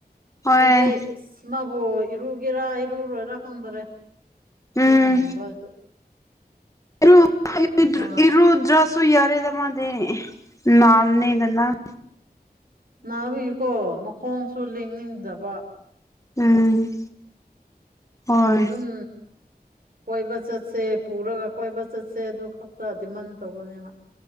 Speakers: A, on the left; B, on the right.
A: ꯍꯣꯏ
B: ꯑꯩꯗꯤ ꯑꯣꯕꯣ ꯏꯔꯨꯒꯦꯔꯥ ꯏꯔꯨꯔꯣꯏꯔꯥ ꯈꯪꯗꯔꯦ
A: ꯎꯝ
B: ꯏꯔꯨꯍꯟꯅꯤꯡꯕ ꯑꯗꯨ
A: ꯏꯔꯨ
B: ꯃꯥ
A: ꯏꯔꯨꯨ ꯏꯔꯗ꯭ꯔꯁꯨ ꯌꯥꯔꯦꯗ ꯃꯥꯅꯦꯗꯤ ꯅꯤꯅ
B: ꯅꯕꯒꯤꯀꯣ ꯃꯈꯣꯡꯁꯨ ꯂꯦꯡꯅꯤꯡꯗꯕ
A: ꯎꯝ ꯍꯣꯏ
B: ꯑꯗꯨꯝ ꯀꯣꯏꯕ ꯆꯠꯁꯦ ꯄꯨꯔꯒ ꯀꯣꯏꯕ ꯆꯠꯁꯦ ꯑꯗꯨ ꯈꯛꯇ ꯗꯤꯃꯟ ꯇꯧꯕꯅꯦꯕ